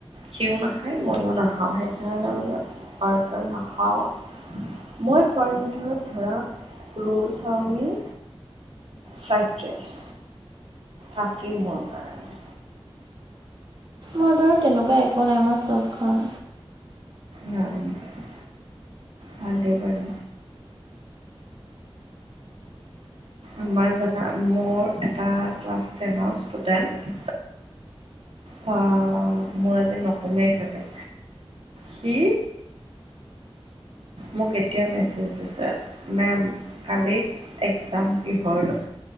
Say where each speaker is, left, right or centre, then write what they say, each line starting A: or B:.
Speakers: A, on the right (about 70°); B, on the right (about 50°).
A: সিও নাখায়, মইও নাখাওঁ সেইকাৰণে মানে বাৰ্গাৰ নাখাওঁ। মই খোৱাৰ ভিতৰত ধৰা roll chowmein fried rice coffee মোৰ কাৰণে।
B: মোৰ বাৰু তেনেকুৱা একো নাই, মই চব খাওঁ।
A: ন ' এনেকৈ ভালে বাৰু। আমাৰ জাগা মোৰ এটা ক্লাছ টেনৰ ষ্টুডেণ্ট বা মোৰ আজি নকমেই চাগে। সি মোক এতিয়া মেছেজ দিছে মেম্ কালি এক্সাম কিহৰ ল'